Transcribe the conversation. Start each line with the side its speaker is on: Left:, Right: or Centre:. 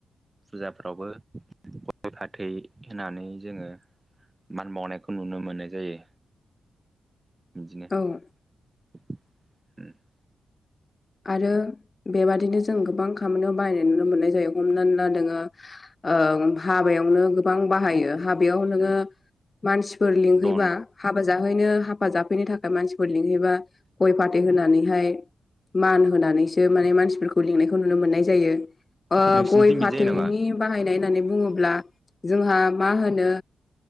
Right: फुजाफ्रावबो गय फाथै होनानै जोङो मान बावनायखौ नुनो मोननाय जायो। <unintelligible>
Left: उम।
Right: <unintelligible>
Left: आरो बेबादिनो जों गोबां खामानियाव बायनाय नुनो मोननाय जायो हमनानै ला नोङो ओ हाबायावनो गोबां बाहायो हाबायाव नोङो
Right: उम
Left: मानसिफोर लिंहैबा
Right: दन
Left: हाबा जाहैनो हाबा जाफैनो थाखाय मानसिफोर लिंहैबा गय फाथै होनानैहाय मान होनानैसो माने मानसिफोरखौ लिंनायखौ नुनो मोननाय जायो। ओ
Right: नोंसिनिथिं
Left: गय
Right: बिदि
Left: फाथैनि
Right: जायो नामा?
Left: बाहायनाय होननानै बुङोब्ला जोंहा मा होनो